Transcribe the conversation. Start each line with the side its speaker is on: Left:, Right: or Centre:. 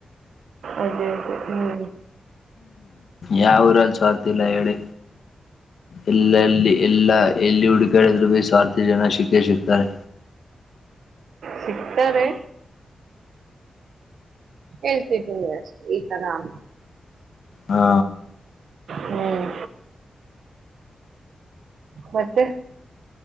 Right: ಅದೇ ಅದೇ ಹ್ಮ್
Left: ಯಾವರ ಸ್ರ್ತಿಲ್ಲ ಹೇಳಿ ಎಲ್ಲಲ್ಲಿ ಎಲ್ಲಾ ಎಲ್ಲಿ ಹುಡುಕಾಡೆದ್ರು ಬಿ ಸ್ವಾರ್ಥಿ ಜನ ಸಿಕ್ಕೆ ಸಿಕ್ತಾರೆ
Right: ಸಿಗ್ತಾರೆ ಎತತಷ್ಟ ಈ ತ ಅ
Left: ಹಾ
Right: ಹ್ಮ್ ಮತ್ತೆ